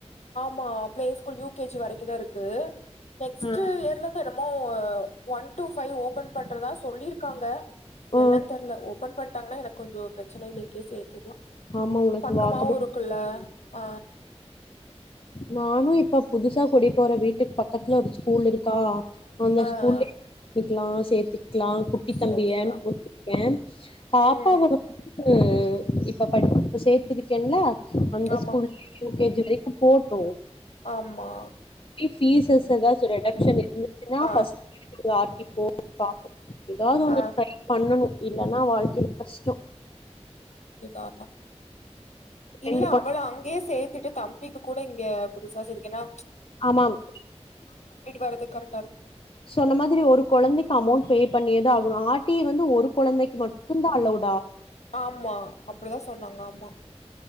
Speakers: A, on the left; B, on the left.
A: மா play school U K G வரைக்கு தா இருக்கு நெக்ஸ்ட்டு
B: ஆ
A: இயர்லதா நம் மோ ஒன் டூ ஃபை ஓபன் பண்றதா சொல்லிருக்காங்க
B: ஓ
A: என்னன் தெரில ஒ பன் பண் ட்டாங்கன்னா எனக்கு கொஞ்சோ ப்ரச்னைல்ல இங்கயே சேத்திர்லா
B: ஆமா உனக்கு
A: பக்கமாவூ
B: வாக்கபிள்
A: இருக்குல்ல ஆ
B: நானூ இப்ப புதுசா குடி போற வீட்டுக் பக்கத்துல ஒரு ஸ்கூல் இருக்கா அந்த
A: ஆ ஆ
B: ஸ்கூல்லே பிக்லா சேத்துக் க்லா குட்டி
A: சேத்திக்கலா
B: தம்பிய <inaudible> பாப்பாவ
A: ம்
B: து இப்ப படிக் இப்போ சேத்துருக்கேன்ல அந்த
A: ஆமா
B: ஸ்கூல்லே யூ கே ஜி வரைக் போட் டோ
A: ஆமா
B: சீசஸ் <unintelligible> சொல்லிட்டோ <inaudible>
A: ஆ
B: ஃபர்ஸ்ட்டு <inaudible> ஆர்டி போட்டு பாப்போ ஏதாவது ஒன்னு
A: ஆ
B: ட்ரை பண்ணனு இல்லனா வாழ்கைல கஷ்ட்டோ
A: அது தா அதா இல்ல
B: ரெண்டு கொழ
A: அவள அங்கே சேத்துட்டு தம்பி கூட இங்க புதுசா செதுகென்னா
B: ஆமாம் <inaudible>
A: வர்றதுக்கு கரெக்டா இருக்கு
B: சொன்ன மாதிரி ஒரு கொழந்தைக்கு அமௌண்ட் பே பண்ணியேதா ஆகனு ஆர்டி வந்து ஒரு கொழந்தைக்கு மட்டு தா அலவ்
A: ஆமா அப்டிதா சொன்னாங்க ஆமா